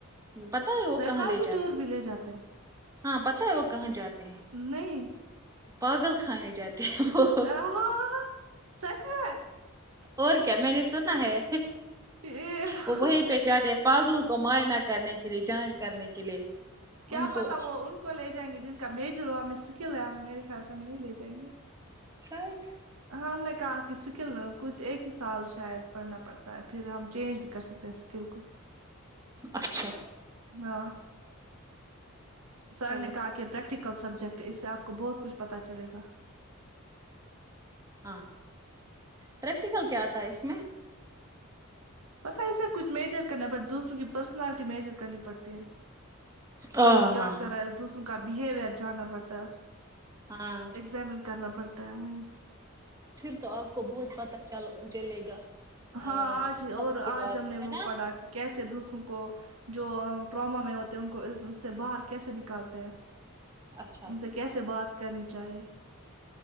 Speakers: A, on the right; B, on the right.
A: پتہ ہے وہ
B: سائیکالوجی
A: کہاں لے جاتے
B: ٹور
A: ہیں
B: بھی لے جاتے ہیں
A: ہاں پتہ ہے وہ کہاں جاتے ہیں
B: نہیں
A: پاگل خانے جاتے ہیں وہ
B: ہاں سچ میں
A: اور کیا میں نے سنا ہے
B: یہ
A: وہ وہی پہجا دیا پاگلوں کو معائنہ کرنے کے لیے جانچ کرنے کے لیے
B: کیا
A: ان
B: پتا
A: کو
B: وہ ان کو لے جائیں گے جن کا میجر ہو ہمیں سکل ہے ہم میرے خیال سے ہم نہیں لے جائیں گے
A: شاید
B: ہم نے کہا کہ اسکل کچھ ایک ہی سال شاید پڑھنا پڑتا ہے پھر ہم چینج بھی کر سکتے پے اسکل کو
A: اچھا
B: ہاں سر
A: چلو
B: نے کہا کہ پریکٹیکل سبجیکٹ اس سے آپ کو بہت کچھ پتا چلے گا
A: ہاں پریکٹیکل کیا تھا اس میں
B: پتا یہ سب کچھ میجر کرنا پڑتا دوسروں کی پرسنالٹی میجر کرنی پڑتی ہے
A: ہاں
B: کون کیا
A: ہاں
B: کرا
A: ہاں
B: ہے دوسروں کا بہیوئر جاننا پڑتا ہے
A: ہاں
B: ایگزامن کرنا پڑتا ہے وہیں
A: پھر تو آپ کو بہت پتا چل چلے گا آ،
B: ہاں آج ہی
A: سب
B: اور
A: کے
B: آج
A: بارے
B: ہم
A: میں
B: نے
A: ہے
B: وہ
A: نا
B: پڑھا کہ کیسے دوسروں کو جو ٹراما میں ہوتے ہیں ان کو اس سے باہر کیسے نکالتے ہیں
A: اچھا
B: ان سے کیسے بات کرنی چاہیے